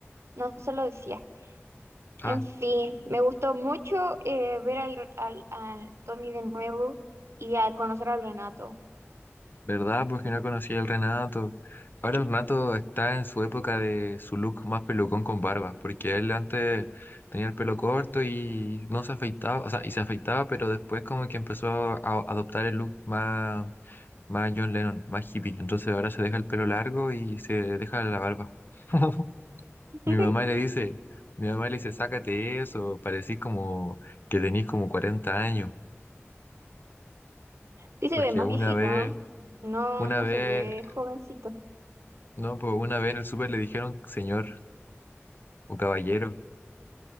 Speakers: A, on the right; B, on the left.
A: no se lo decía.
B: Ah.
A: En fin, me gustó mucho eh, ver al, al, al Tommy de nuevo y a conocer al Renato.
B: ¿Verdad? Pues que no conocía al Renato. Ahora el Renato está en su época de su look más pelucón con barba, porque él antes tenía el pelo corto y no se afeitaba, o sea, y se afeitaba, pero después como que empezó a adoptar el look más, más John Lennon, más hippie. Entonces ahora se deja el pelo largo y se deja la barba. <laughs> Mi
A: <laughs>
B: mamá le dice, mi mamá le dice, sácate eso, parecís como que tenís como 40 años,
A: Sí
B: porque
A: se ve más
B: una
A: viejito,
B: vez...
A: ¿no? No,
B: Una
A: no
B: vez
A: se ve jovencito.
B: No, pues una vez en el súper le dijeron señor o caballero.